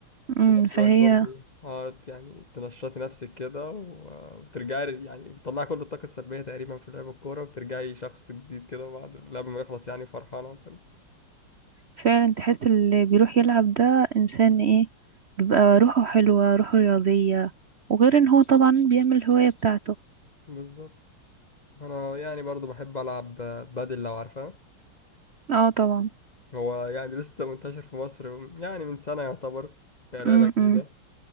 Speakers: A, on the right (about 85°); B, on the left (about 65°).
A: امم
B: في نفس
A: فهي
B: الوقت برضو ايه اه يعني تنشطي نفسك كده و- وترجعي يعني بتطلعي كل الطاقة السلبية تقريبا في لعب الكورة وبترجعي شخص جديد كده بعد اللعب ما يخلص يعني فرحانة كده.
A: فعلا تحس اللي بيروح يلعب ده إنسان ايه بيبقى روحه حلوة روحه رياضية وغير ان هو طبعا بيعمل الهواية بتاعته
B: بالظبط انا يعني برضو بحب العب بادل لو عارفها
A: اه طبعا
B: هو يعني لسه منتشر في مصر يعني من سنة يعتبر هي لعبة
A: امم
B: جديدة
A: امم.